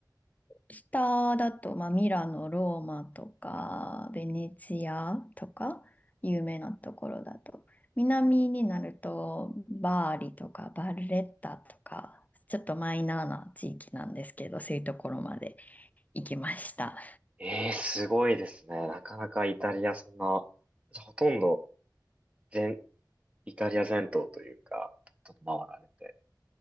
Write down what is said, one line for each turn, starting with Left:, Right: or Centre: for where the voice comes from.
Left: 下だと、まあ、ミラノ、ローマとか、ベネチアとか、有名なところだと。南になると、バーリとか、バルレッタとか、ちょっとマイナーな地域なんですけど、そういうところまで行きました。
Right: えー、すごいですね。なかなかイタリアそんな、ほとんど全、イタリア全島というか、ちょっと回られて。